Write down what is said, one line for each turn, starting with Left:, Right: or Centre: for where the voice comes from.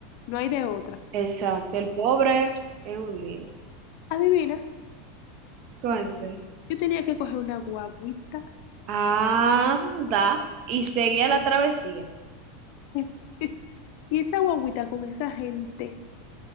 Left: no hay de otra.
Right: Exacto. El pobre es un lío.
Left: Adivina.
Right: Cuente.
Left: Yo tenía que coger una guaguita
Right: Anda. Y seguía la travesía.
Left: <laughs> Y esa guaguita con esa gente,